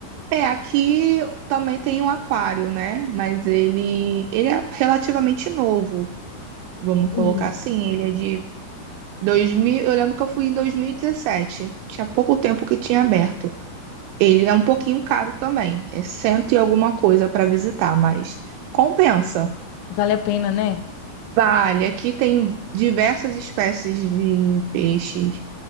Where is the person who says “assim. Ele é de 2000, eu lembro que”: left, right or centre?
Right